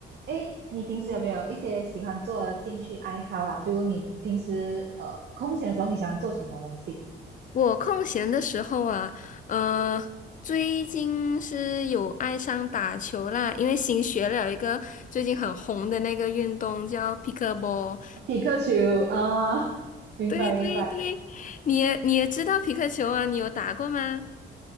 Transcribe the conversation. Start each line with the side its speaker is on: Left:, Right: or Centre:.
Right: 哎，你平时有没有一些喜欢做的兴趣爱好啊？就你平时呃空闲的时候，你喜欢做什么东西？
Left: 我空闲的时候啊，呃，最近是有爱上打球啦，因为新学了一个最近很红的那个运动叫皮克波。
Right: 皮克球啊，明白明白，
Left: 对对对，你也你也知道皮克球啊，你有打过吗？